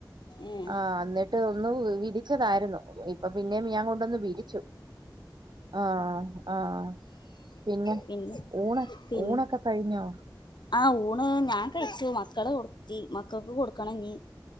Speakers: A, on the left; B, on the right.
A: ഏഹ്
B: ആ എന്നിട്ട് ട്ട് ഒന്ന് വിരിച്ചതായിരുന്നു ഇപ്പൊ പിന്നേ ഞാൻ കൊണ്ടൊന്ന് വിരിച്ചു. ആഹ് ആഹ് പിന്നെ?
A: പിന്ന
B: ഊണ്
A: പിൻ
B: ഊണൊക്കെ കഴിഞ്ഞോ
A: ആഹ് ഊണ് ഞാൻ കഴിച്ചു മക്കളെ ഉർത്തി മക്കൾക്ക് കൊടുക്കണെഞ്ഞി